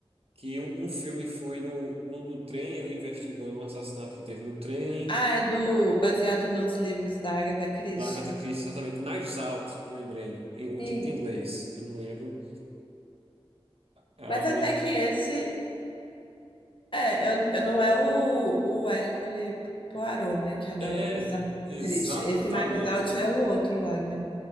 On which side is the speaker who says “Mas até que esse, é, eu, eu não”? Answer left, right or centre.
Left